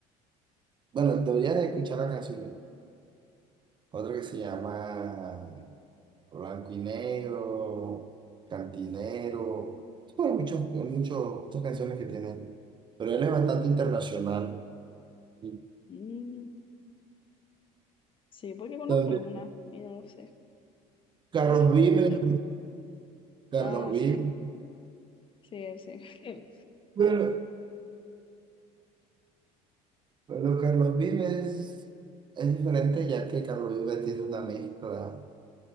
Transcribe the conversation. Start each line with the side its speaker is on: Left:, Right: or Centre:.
Right: Bueno, deberías de escuchar la canción. Otra que se llama Blanco y negro, cantinero. Bueno, muchos, muchos, muchas canciones que tienen. Pero él es bastante internacional. Y
Left: Mm, sí, puede que conozca
Right: donde-
Left: alguna y no lo sé.
Right: Carlos
Left: Ahí la voy
Right: Vives,
Left: a escuchar.
Right: Carlos
Left: Ah,
Right: Vives.
Left: sí, sí, él sí. <laughs>
Right: pero bueno, Carlos Vives es diferente ya que Carlos Vives tiene una mezcla.